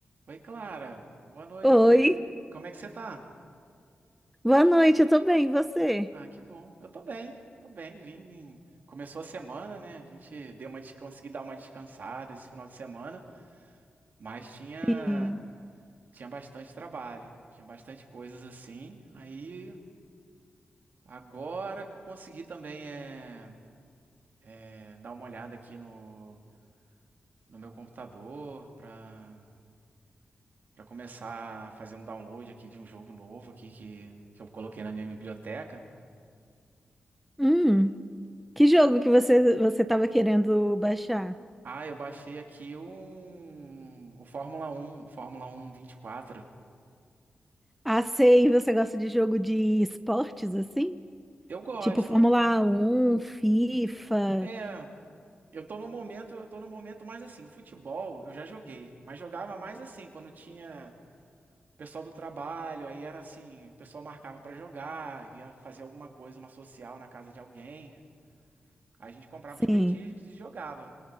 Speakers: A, on the right; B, in the centre.
A: Oi, Clara. Boa noite.
B: Oi,
A: Como é, como é que você tá?
B: boa noite, eu tô bem, e você?
A: Ah, que bom. Eu tô bem. Tô bem, vim. em- Começou a semana, né? A gente deu uma, des- consegui dar uma descansada esse final de semana, mas tinha
B: Sim.
A: tinha bastante trabalho, tinha bastante coisas assim. Aí agora que eu consegui também é, é, dar uma olhada aqui no, no meu computador para para começar a fazer um download aqui de um jogo novo aqui que, que eu coloquei na minha biblioteca.
B: Hum, que jogo que você você tava querendo baixar?
A: Ah, eu baixei aqui o, o Fórmula 1, Fórmula 1 24.
B: Ah, sei, você gosta de jogo de esportes assim?
A: Eu gosto.
B: Tipo Fórmula um FIFA,
A: É, eu tô no momento, eu tô no momento mais assim, o futebol eu já joguei, mas jogava mais assim, quando tinha pessoal do trabalho, aí era assim, o pessoal marcava pra jogar, ia fazer alguma coisa, uma social na casa de alguém. Aí a gente comprava
B: sim.
A: uns petiscos e jogava.